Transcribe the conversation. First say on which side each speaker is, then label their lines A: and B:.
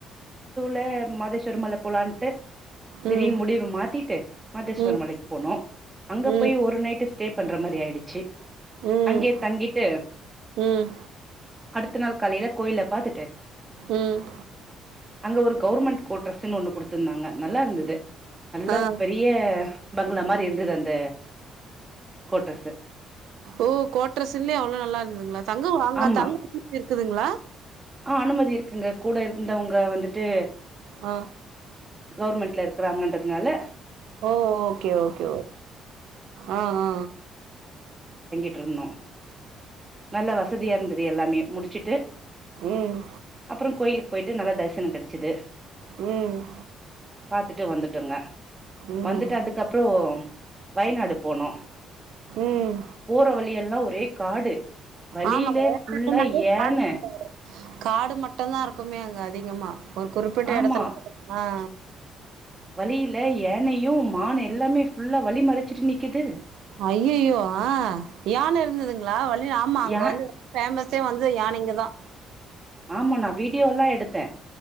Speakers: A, on the right; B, on the right.
A: மா மதேஸ்வர மல போலான்ட்டு திடீர்னு
B: ம்
A: முடிவ மாத்திட்டு மாதேஸ்வர
B: ம்
A: மலைக்கு போனோ அங்க
B: ம்
A: போய் ஒரு நைட்டு ஸ்டே பண்ற மாரி ஆயிடுச்சு
B: ம்
A: அங்கேயே தங்கிட்டு
B: ம்
A: அடுத்த நாள் காலையில கோயில பாத்துட்டே
B: உம்
A: அங்க ஒரு கௌவுர்மெண்ட் கோட்ரெஸ்ன்னு ஒன்னு குடுத்ருந்தாங்க நல்லா இருந்தது நல்ல
B: ஆ
A: பெரிய பங்களா மாரி இருந்தது அந்த கோட்ரஸ்ஸு
B: ஓ கோட்ரஸுல்லே அவ்ளோ நல்லா இருந்துதுங்ளா தங்க வாங்க
A: ஆமா
B: தங்க இருக்குதுங்ளா
A: ஆ அனுமதி இருக்குங்க கூட இருந்தவங்க வந்துட்டு
B: ஆ
A: கௌவுர்மெண்ட்ல இருக்குறாங்கன்றததுனால
B: ஓ ஓகே-ஓகே ஓ ஆ-ஆ
A: ட்ருந்தோ நல்ல வசதியா இருந்து து எல்லாமே முடிச்சுட்டு
B: ம்
A: அப்புறோ கோயிலுக் போயிட்டு நல்லா தரிசனோ கெடச்சது
B: ம்
A: பாத்துட்டு வந்துட்டோங்க
B: ம்
A: வந்துட்டு அதுக்கப் அப்றோ வயநாடு போனோ
B: ம்
A: போற வழியெல்லா ஒரே காடு வழியில
B: ஆமாங்க
A: ஃபுல்லா
B: <unintelligible>
A: யான
B: காடு மட்டுதா இருக்குமே அங்க அதிகமா ஒரு குறிப்பிட்ட
A: ஆமா
B: இடத்துல <inaudible> ஆ <inaudible>
A: வழியில ஏனையு மான் எல்லாமே ஃபுல்லா வழி மறச்சிட்டு நிக்குது
B: ஐய்அய்யோ ஆ யான இருந்ததுங்களா வ ஆமா அங்க
A: யா
B: வந்து ஃபேமஸ் த்தே வந்து யானைங்க தா
A: ஆமா நா வீடியோல்லா எடுத்தே